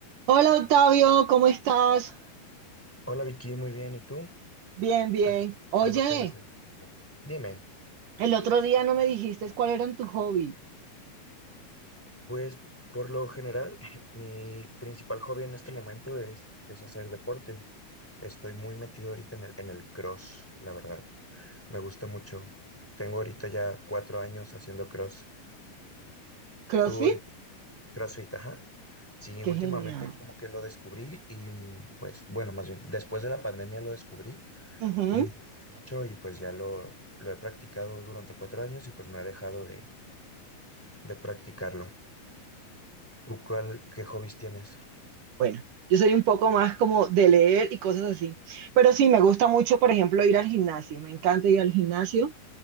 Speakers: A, on the right (about 65°); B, in the centre.
A: Hola Octavio, ¿cómo estás?
B: Hola Vicky, muy bien. ¿Y tú?
A: Bien, bien.
B: Aquí comenzando
A: Oye,
B: apenas el día. Dime,
A: el otro día no me dijiste cuál eran tus hobbies.
B: pues por lo general, <laughs> mi principal hobby en este momento es, es hacer deporte. Estoy muy metido ahorita en el, en el cross, la verdad. Me gusta mucho. Tengo ahorita ya cuatro años haciendo cross.
A: ¿CrossFit?
B: ¿Tú ahorita CrossFit, ajá? Sí, últimamente
A: Qué genial.
B: como que lo descubrí y mm, pues bueno, más bien después de la pandemia lo descubrí
A: Ujú.
B: y me gustó mucho y pues ya lo, lo he practicado durante cuatro años y pues no he dejado de practicarlo. ¿Tú cuál, qué hobbies tienes?
A: Bueno, yo soy un poco más como de leer y cosas así. Pero sí, me gusta mucho, por ejemplo, ir al gimnasio. Me encanta ir al gimnasio.